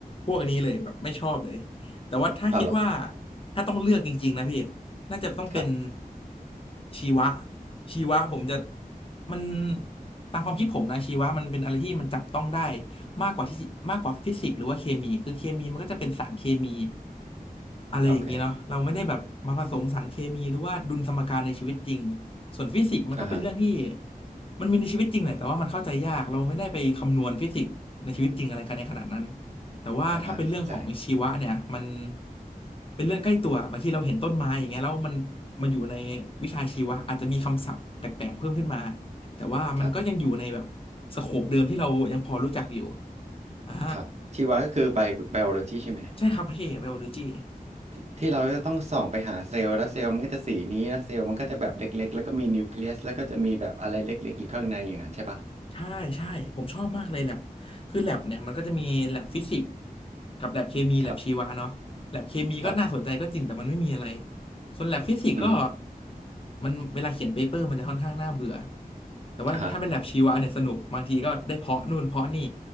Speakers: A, on the left (about 35°); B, on the right (about 45°).
A: พวกนี้เลยแบบไม่ชอบเลยแต่ว่าถ้าคิดว่า
B: อ๋อเหรอ
A: ถ้าต้องเลือกจริงๆนะพี่น่าจะต้องเป็น
B: ครับ
A: ชีวะชีวะผมจะมันตามความคิดผมนะชีวะมันเป็นอะไรที่มันจับต้องได้มากกว่าที่มากกว่าฟิสิกส์หรือว่าเคมีคือเคมีมันก็จะเป็นสารเคมีอะไรอย่างเงี้ยเนาะเราไม่ได้แบบมาผสมสารเคมีหรือว่าดุลสมการในชีวิตจริง
B: โอเค
A: ส่วนฟิสิกส์มันก็เป็นเรื่องที่
B: อ่าฮะ
A: มันมีในชีวิตจริงแหละแต่ว่ามันเข้าใจยากเราไม่ได้ไปคำนวณฟิสิกส์ในชีวิตจริงอะไรในขนาดนั้นแต่ว่าถ้าเป็นเรื่องของชีวะเนี่ยมัน
B: อ่าค่ะเข้าใจ
A: เป็นเรื่องใกล้ตัวบางทีเราเห็นต้นไม้อย่างเงี้ยแล้วมันมาอยู่ในวิชาชีวะอาจจะมีคำศัพท์แปลกๆเพิ่มขึ้นมาแต่ว่ามันก็ยังอยู่ในแบบ
B: ครับ
A: สโคปเดิมที่เรายังพอรู้จักอยู่อ่า
B: ครับชีวะก็คือไบไบโอโลจีใช่ไหม
A: ใช่ครับพี่เบลโลจี
B: ที่ที่เราจะต้องส่องไปหาเซลล์แล้วเซลล์มันก็จะสีนี้แล้วเซลล์มันก็จะแบบเล็กๆแล้วก็มีนิวเคลียสแล้วก็จะมีแบบอะไรเล็กๆอยู่ข้างในอย่างนั้นใช่ปะ
A: ใช่ใช่ผมชอบมากเลยแลบคือแลบเนี่ยมันก็จะมีแลบฟิสิกส์กับแลบเคมีแลบชีวะเนาะแลบเคมีก็น่าสนใจก็จริงแต่มันไม่มีอะไร
B: ครับครับ
A: ส่วนแลบฟิสิกส์ก็
B: อือฮึ
A: มันเวลาเขียนเปเปอร์มันจะค่อนข้างน่าเบื่อแต่ว่าถ้าเป็นแลบชีวะเนี่ยสนุกบางทีก็ได้เพาะนู่นเพาะนี่
B: อ่าฮะ